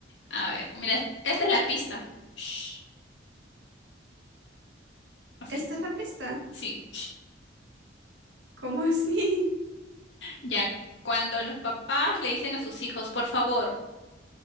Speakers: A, on the left; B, on the right.
A: A ver, mira, est- esta es la pista. Shh, Así,
B: ¿Esta es la pista?
A: sí. shh.
B: ¿Cómo así?
A: Ya, cuando los papás le dicen a sus hijos, por favor,